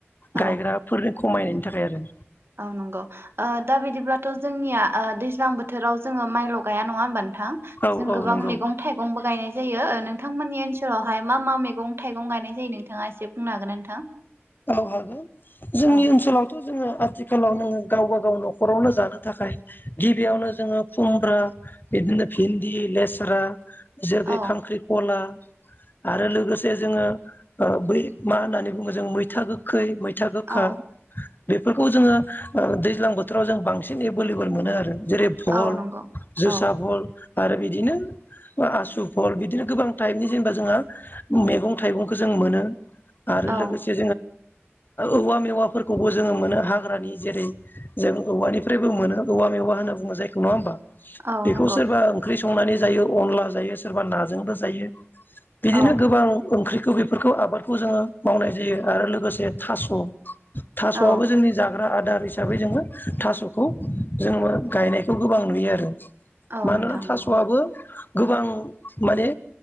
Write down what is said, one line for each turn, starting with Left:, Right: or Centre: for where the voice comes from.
Right: ओ
Left: गायग्राफोर खमायनायनि था खाय आरो।
Right: औ नंगौ ओ दा बिदिब्लाथ' जोंनिया ओ दैज्लां बोथोराव जोङो माइल' गाया नङा होमबा नों थां
Left: औ औ
Right: जों
Left: औ
Right: गोबां
Left: नंगौ।
Right: मैगं थाइगंबो गायनाय जायो
Left: औ
Right: नोंथांमोननि ओनसो सोलावहाय मा मा मेगं थाइगं गायनाय जायो नोंथाङा एसे बुंनो हागोन ना नोंथां?
Left: औ हागोन जोंनि
Right: औ
Left: ओनसोलावथ' जोङो आथिखालाव नोङो गावबा गाव न'खरावनो जानो थाखाय गिबियावनो जोङो खुमब्रा बिदिनो भिन्दि लेस्रा जेरगै
Right: औ
Left: खांख्रिखला आरो लोगोसे जोङो ओ बै मा होननानै बुङो जों मै था गोखै मै था गोखा
Right: औ
Left: बेफोरखौ जोङो ओ दैज्लां बोथोराव जों बांसिन एभेलेबल मोनो आरो। जेरै भल
Right: औ नंगौ
Left: जोसा
Right: औ
Left: भल आरो बिदिनो ओ आसु भल बिदिनो गोबां टाइपनि जेनेबा जोंहा मैगं थाइगंखो जों मोनो। आरो
Right: औ
Left: लोगोसे औवा मेवाफोरखौबो जोङो मोनो हाग्रानि जेरै जों औवानिफ्रायबो मोनो औवा मेवा होनना बुङो बेखौ
Right: औ नंगौ
Left: सोरबा ओंख्रि संनानै जायो अनला जायो सोरबा नाजोंबो जायो। बिदिनो
Right: औ
Left: गोबां ओंख्रि खो बेफोरखौ आबादखौ जोङो मावनाय जायो। आरो लोगोसे थास' थास'आबो
Right: औ
Left: जोंनि जाग्रा आदार हिसाबै जोङो थास'खौ जोङो गायनायखौ गोबां नुयो आरो
Right: औ
Left: मानोना
Right: नोंथां
Left: थास'आबो
Right: नंगौ
Left: गोबां माने